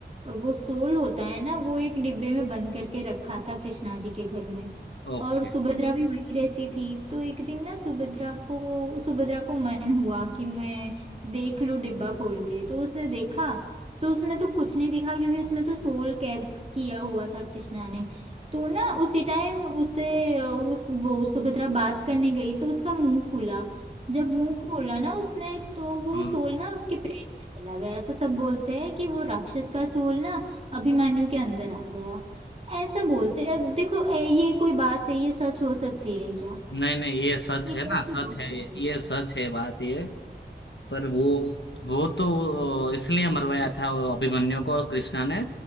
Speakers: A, on the right (about 35°); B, on the left (about 80°).
A: अ, वो सोल होता है ना वो एक डिब्बे में बंद करके रखा था कृष्णा जी के घर में
B: ओके
A: और सुभद्रा भी वहीं रहती थी तो एक दिन ना सुभद्रा को सुभद्रा को मन हुआ कि मैं देख लूं डिब्बा खोल के तो उसने देखा तो उसमें तो कुछ नहीं दिखा क्योंकि उसमें तो सोल कैद किया हुआ था कृष्णा ने तो ना उसी टाइम उसे अ, उस वो सुभद्रा बात करने गई तो उसका मुंह खुला जब मुंह खोला ना उसने तो वो
B: हम्म
A: सोल ना उसके पेट में चला गया तो सब बोलते हैं कि वो राक्षस का सोल ना अभिमन्यु के अंदर आ गया ऐसा बोलते हैं अब देखो ए, ये कोई बात है ये सच हो सकती है क्या
B: नहीं नहीं ये सच
A: ये
B: है
A: कैसे
B: ना सच
A: पॉसिबल
B: है ये सच है बात ये पर वो वो तो अ, इसलिए मरवाया था वो अभिमन्यु को कृष्णा ने